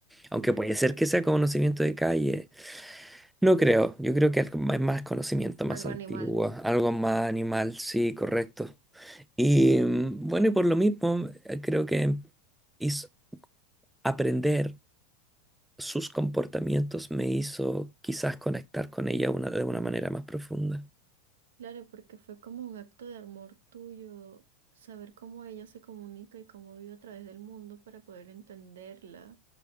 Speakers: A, in the centre; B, on the right (about 80°).
A: Aunque
B: Ya.
A: puede ser que sea conocimiento de calle. No creo, yo creo que algo más, más conocimiento más
B: Algo
A: antiguo,
B: animal.
A: algo más animal, sí, correcto. Y mm, bueno, y por lo mismo, eh, creo que hizo- aprender sus comportamientos me hizo quizás conectar con ella una, de una manera más profunda.
B: Claro, porque fue como un acto de amor tuyo, saber cómo ella se comunica y cómo vive a través del mundo para poder entenderla